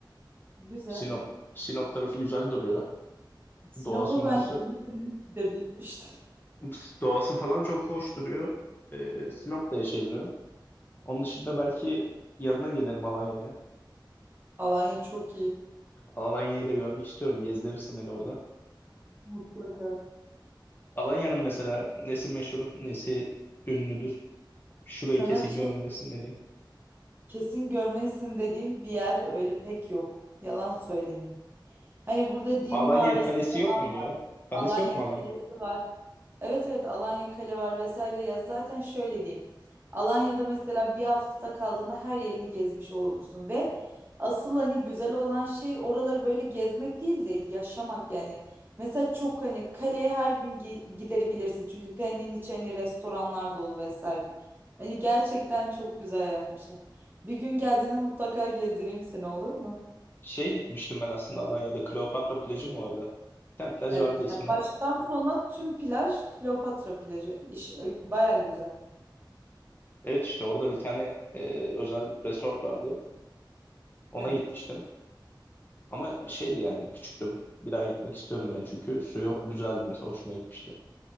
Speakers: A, on the right; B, on the left.
A: Güzel.
B: Sinop. Sinop tarafı güzel duruyor.
A: Sinop'a
B: Doğası muası
A: ben günübirlik gidebilmiştim. <laughs>
B: <laughs> doğası falan çok hoş duruyor. Ee, Sinop'ta yaşayabilirim. Onun dışında belki yanına gelirim Alanya'ya.
A: Alanya çok iyi.
B: Alanya'yı da görmek istiyorum. Gezdirirsin beni orada.
A: Mutlaka.
B: Alanya'nın mesela nesi meşhur, nesi ünlüdür? Şurayı
A: Sana
B: kesin
A: bir şey
B: görmelisin dediğim.
A: kesin görmelisin dediğim bir yer öyle pek yok. Yalan söylemeyeyim. Hani burada Dim
B: Alanya
A: mağarası
B: Kalesi yok
A: falan
B: muydu
A: var.
B: ya? Kalesi
A: Alanya
B: yok mu
A: Kalesi
B: Alanya?
A: var. Evet evet Alanya Kale var vesaire ya zaten şöyle diyeyim. Alanya'da mesela bir hafta kaldığında her yerini gezmiş olursun ve asıl hani güzel olan şey oraları böyle gezmek değil de yaşamak yani. Mesela çok hani kaleye her gün gi- gidebilirsin çünkü kalenin içi hani restoranlar dolu vesaire. Hani gerçekten çok güzel yapmışlar. Bir gün geldiğinde mutlaka gezdireyim seni olur mu?
B: Şeye gitmiştim ben aslında Alanya'da. Kleopatra plajı mı orada? Bir tane plaj
A: E,
B: vardı
A: ya
B: ismine.
A: baştan sona tüm plaj Kleopatra plajı. İş, bayağı güzel.
B: Evet işte orada bir tane e, özel resort vardı. Ona
A: Evet.
B: gitmiştim. Ama şeydi yani küçüktüm. Bir daha gitmek istiyorum ben. Çünkü suyu güzeldi mesela. Hoşuma gitmişti.